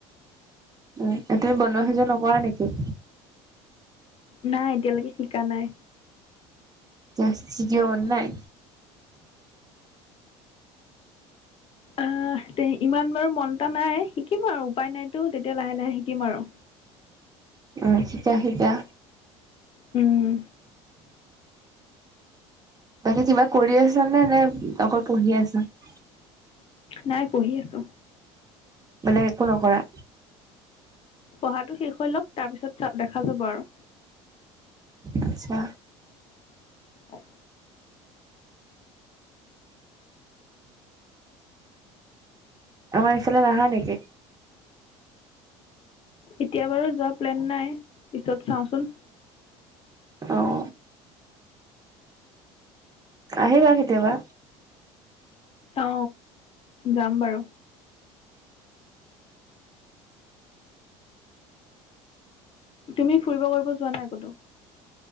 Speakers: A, on the right; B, on the left.
A: তুমি বনোৱা সিজোৱা নকৰা নিকি?
B: নাই, এতিয়ালৈকে শিকা নাই।
A: জাষ্ট শিকিব মন নাই?
B: আহ তে ইমান বাৰু মন এটা নাই, শিকিম আৰু। উপায় নাইতো তেতিয়া লাহে লাহে শিকিম আৰু।
A: অ' শিকা শিকা।
B: উম।
A: বাকী কিবা কৰি আছা নে? নে অকল পঢ়িয়ে আছা?
B: নাই পঢ়ি আছো
A: বেলেগ একো নকৰা।
B: পঢ়াটো শেষ হৈ লওক তাৰ পিছত দেখা যাব আৰু।
A: আচ্ছা।
B: অ
A: আমাৰ ইফালে নহা নেকি?
B: এতিয়া বাৰু যোৱা প্লেন নাই। পিছত চাওঁচোন?
A: আহ। আহ আহিবা কেতিয়াবা।
B: অ যাম বাৰু। তুমি ফুৰিব কৰিব যোৱা নাই কণটো।